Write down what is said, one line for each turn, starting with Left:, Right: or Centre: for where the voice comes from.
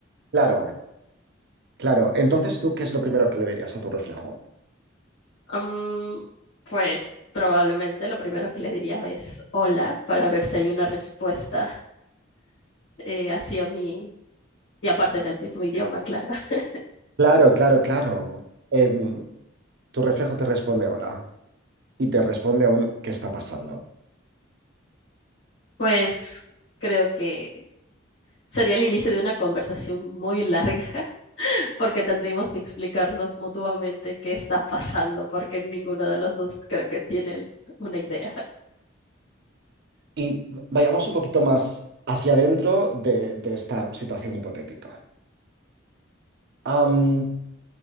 Right: Claro, claro. Entonces, ¿tú qué es lo primero que le dirías a tu reflejo?
Left: Am, pues probablemente lo primero que le diría es hola para ver si hay una respuesta eh, hacia mí y aparte en el mismo idioma, claro. <laughs>
Right: Claro, claro, claro. Em, tu reflejo te responde hola y te responde un ¿qué está pasando?
Left: Pues creo que sería el inicio de una conversación muy larga porque tendríamos que explicarnos mutuamente qué está pasando, porque ninguno de los dos creo que tiene una idea.
Right: Y vayamos un poquito más hacia adentro de, de esta situación hipotética. Am,